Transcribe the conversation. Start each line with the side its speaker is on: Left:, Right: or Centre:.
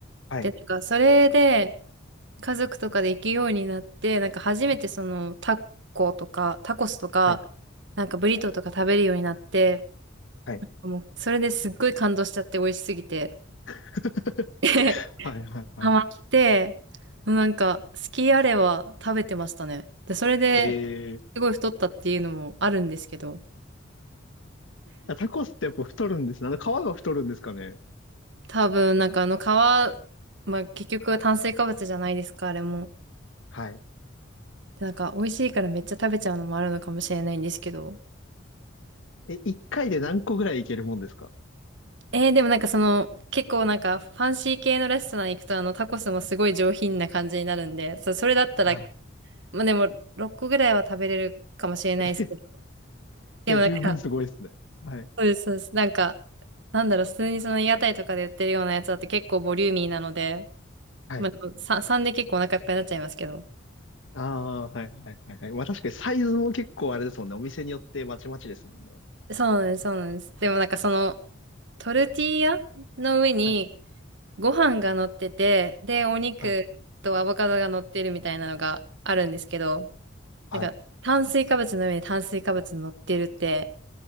Left: はい、
Right: で、なんか、それで、家族とかで行くようになって、なんか初めてその、タコとか、タコスとか、
Left: はい、
Right: なんかブリトーとか食べるようになって、
Left: はい。
Right: もう、それですっごい感動しちゃって美味しすぎて。
Left: <laughs>
Right: <laughs>
Left: はいはいはい。
Right: ハマって、もうなんか、好きあれば食べてましたね。で、それで、
Left: え
Right: すごい太ったっていうのもあるんですけど、
Left: あタコスってやっぱ太るんですね。あの皮が太るんですかね。
Right: 多分、なんかあの皮、まあ結局炭水化物じゃないですか、あれも。
Left: はい。
Right: でなんか美味しいからめっちゃ食べちゃうのもあるのかもしれないんですけど。
Left: え、一回で何個ぐらいいけるもんですか
Right: えー、でもなんかその、結構なんかファンシー系のレストラン行くとあのタコスもすごい上品な感じになるんで、そ、それだったら、
Left: ああ。
Right: まあでも6個ぐらいは食べれるかもしれないですけど。
Left: <laughs>
Right: でもなんか、
Left: いや、十分すごいですね。はい。
Right: そうです、そうです。なんか、なんだろう、普通にその屋台とかで売ってるようなやつだって結構ボリューミーなので、
Left: はい。
Right: まあ、3、さんで結構お腹いっぱいになっちゃいますけど。
Left: ああ、はいはいはいはい。まあ確かにサイズも結構あれですもんね。お店によってまちまちですもんね。
Right: そうなんです、そうなんです。でもなんかその、トルティーヤの上に
Left: はい。
Right: ご飯が乗ってて、で、お肉とアボカドが乗ってるみたいなのがあるんですけど、
Left: はい。はい。
Right: なんか炭水化物の上に炭水化物乗ってるって、